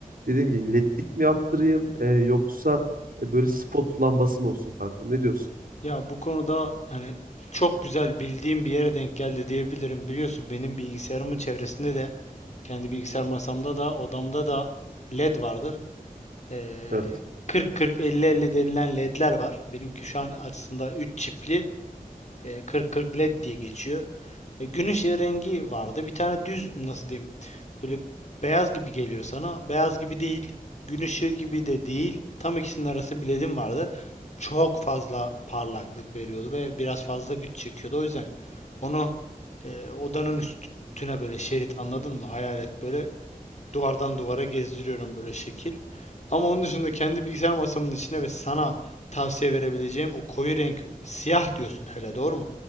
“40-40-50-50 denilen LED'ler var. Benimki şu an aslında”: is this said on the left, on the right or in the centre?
Left